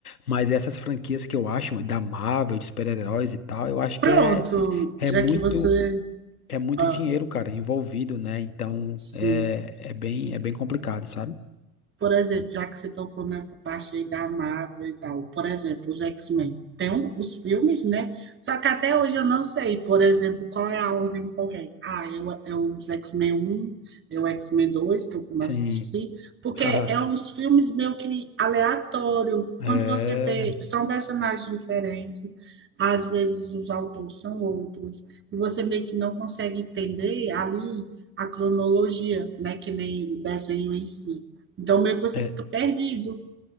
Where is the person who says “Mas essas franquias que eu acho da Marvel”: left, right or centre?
Left